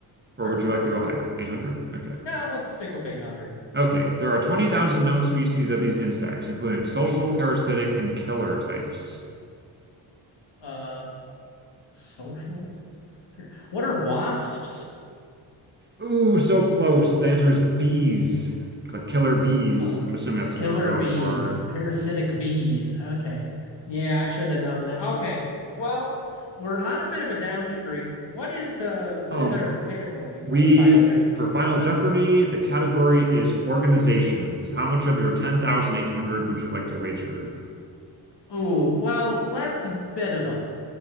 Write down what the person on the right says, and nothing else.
Or
would you like to go higher? 800? Okay.
Okay, there are 20,000 known species of these insects, including social, parasitic, and killer types.
Ooh, so close. The answer is bees. Like killer bees.
I'm assuming that's
what they were going
for.
Um,
we
for Final Jeopardy, the category is organizations. How much of your 10,800 would you like to wager?